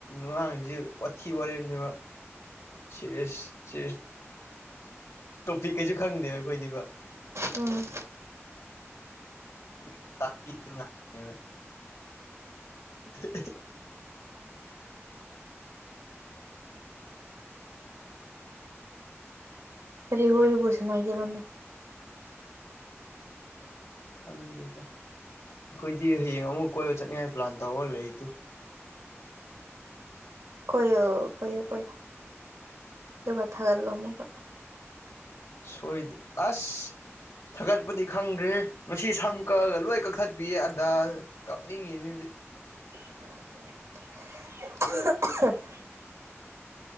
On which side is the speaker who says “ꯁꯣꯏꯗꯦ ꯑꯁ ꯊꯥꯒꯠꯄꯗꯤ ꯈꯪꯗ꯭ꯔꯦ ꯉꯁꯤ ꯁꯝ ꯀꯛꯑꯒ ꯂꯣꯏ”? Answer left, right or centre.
Left